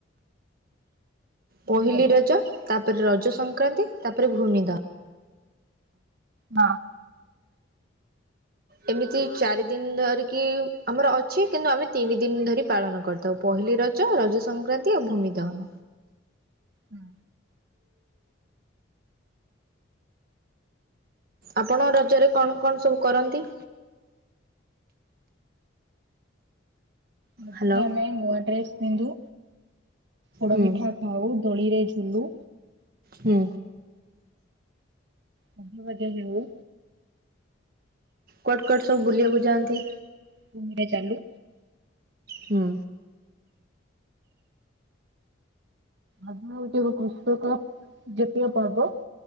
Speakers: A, on the right (about 65°); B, on the right (about 45°).
A: ମିଳି
B: ପହିଲି
A: ବଜାର
B: ରଜ, ତାପରେ ରଜ ସଂକ୍ରାନ୍ତି, ତାପରେ ଭୂମି ଦହ
A: ହଁ।
B: ଏମିତି ଚାରି ଦିନ ଧରିକି ଆମର ଅଛି, କିନ୍ତୁ ଆମେ ତିନି ଦିନ ଧରି ପାଳନ କରୁ। ତ ପହିଲି ରଜ, ରଜ ସଂକ୍ରାନ୍ତି ଆଉ ଭୂମି ଦହନ।
A: ହୁଁ।
B: ଆପଣ ରଜରେ କଣ କଣ ସବୁ କରନ୍ତି?
A: ରଜ
B: ହ୍ୟାଲୋ
A: ରେ ନୂଆ ଡ୍ରେସ ପିନ୍ଧୁ। ପୋଡ଼
B: ହୁଁ
A: ପିଠା ଖାଉ, ଦୋଳିରେ ଝୁଲୁ।
B: ହୁଁ।
A: ସଜ ବାଜ ହେଉ।
B: କୁଆଡେ କୁଆଡେ ସବୁ ବୁଲିବାକୁ ଯାଆନ୍ତି।
A: ଭୁମିରେ ଚାଲୁ।
B: ହୁଁ।
A: ଆଗୁରୁ ଯେବେ କୃଷକ ଜାତୀୟ ପର୍ବ